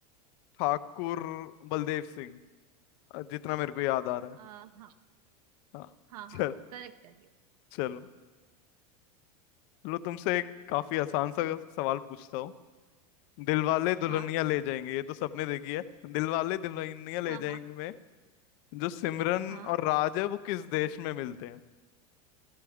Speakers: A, on the left; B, on the right.
A: ठाकुर बलदेव सिंह अ, जितना मेरे को याद आ रहा है
B: अ, हाँ
A: हाँ
B: हाँ
A: चल
B: हाँ करेक्ट है ये
A: चलो चलो तुमसे एक काफी आसान सा सवाल पूछता हूँ दिलवाले दुल्हनिया
B: हाँ
A: ले जाएंगे ये तो सबने देखी है दिलवाले दुल्हनिया ले
B: हाँ
A: जाएंगे
B: हाँ
A: में जो सिमरन
B: हाँ
A: और राज है वो किस देश में मिलते हैं